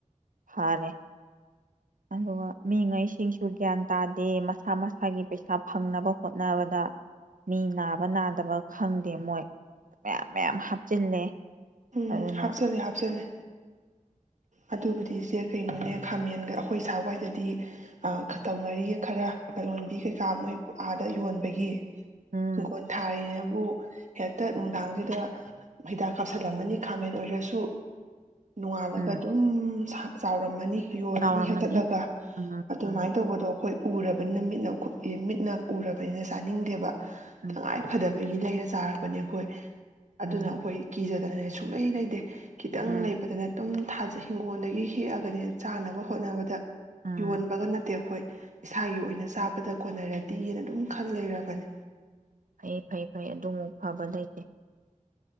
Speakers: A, on the right (about 80°); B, on the right (about 65°).
A: ꯐꯔꯦ ꯑꯗꯨꯒ ꯃꯤꯉꯩꯁꯤꯡꯁꯨ ꯒ꯭ꯌꯥꯟ ꯇꯥꯗꯦ ꯃꯁꯥ ꯃꯁꯥꯒꯤ ꯄꯩꯁꯥ ꯐꯪꯅꯕ ꯍꯣꯠꯅꯕꯗ ꯃꯤ ꯅꯥꯕ ꯅꯥꯗꯕ ꯈꯪꯗꯦ ꯃꯣꯏ ꯃꯌꯥꯝ ꯃꯌꯥꯝ ꯍꯥꯞꯆꯤꯜꯂꯦ
B: ꯎꯝ
A: ꯑꯗꯨꯅ
B: ꯍꯥꯞꯆꯜꯂꯦ ꯍꯥꯞꯆꯂꯦ ꯑꯗꯨꯕꯨꯗꯤ ꯏꯆꯦ ꯀꯩꯅꯣꯅꯦ ꯈꯥꯃꯦꯟꯒ ꯑꯩꯈꯣꯏ ꯁꯥꯏꯋꯥꯏꯗꯗꯤ ꯑ ꯇꯧꯅꯔꯤꯌꯦ ꯈꯔ ꯂꯂꯣꯟꯕꯤ ꯀꯩꯀꯥ ꯃꯣꯏ ꯑꯥꯗ ꯌꯣꯟꯕꯒꯤ
A: ꯎꯝ
B: ꯏꯪꯈꯣꯟ ꯊꯥꯔꯤꯅꯦꯅ ꯕꯨ ꯍꯦꯛꯇ ꯅꯨꯡꯗꯥꯡꯁꯤꯗ ꯍꯤꯗꯥꯛ ꯀꯥꯞꯁꯤꯜꯂꯝꯃꯅꯤ ꯈꯥꯃꯦꯟ ꯑꯣꯏꯔꯁꯨ ꯑꯗꯨꯝ
A: ꯎꯝ
B: ꯆꯥꯎꯔꯝꯃꯅꯤ ꯌꯣꯜꯂꯅꯤ
A: ꯁꯥꯎꯔꯝꯃꯅꯤ
B: ꯍꯩꯊꯠꯂꯒ
A: ꯎꯝ ꯎꯝ
B: ꯑꯗꯨꯃꯥꯏꯅ ꯇꯧꯕꯗꯣ ꯑꯩꯈꯣꯏ ꯎꯔꯕꯅꯤꯅ ꯃꯤꯠꯅ ꯃꯤꯠꯅ ꯎꯔꯕꯅꯤꯅ ꯆꯥꯅꯤꯡꯗꯦꯕ
A: ꯎꯝ
B: ꯇꯉꯥꯏ ꯐꯗꯕꯒꯤ ꯂꯩꯔ ꯆꯥꯔꯕꯅꯦ ꯑꯩꯈꯣꯏ ꯑꯗꯨꯅ
A: ꯎꯝ
B: ꯑꯩꯈꯣꯏ ꯀꯤꯖꯗꯅ ꯅꯦ ꯁꯨꯛꯂꯩ ꯂꯩꯇꯦ ꯈꯤꯇꯪ
A: ꯎꯝ
B: ꯂꯩꯕꯗꯅ ꯑꯗꯨꯝ ꯊꯥꯖꯦ ꯍꯤꯡꯒꯣꯜꯗꯒꯤ ꯍꯦꯛꯑꯒꯅꯦ ꯆꯥꯅꯕ ꯍꯣꯠꯅꯕꯗ
A: ꯎꯝ
B: ꯌꯣꯟꯕꯒ ꯅꯠꯇꯦ ꯑꯩꯈꯣꯏ ꯏꯁꯥꯒꯤ ꯑꯣꯏꯅ ꯆꯥꯕꯗ ꯀꯣꯟꯅꯔꯗꯤꯅ ꯑꯗꯨꯝ ꯈꯜ ꯂꯩꯔꯕꯅꯦ
A: ꯐꯩ ꯐꯩ ꯐꯩ ꯑꯗꯨꯃꯨꯛ ꯐꯕ ꯂꯩꯇꯦ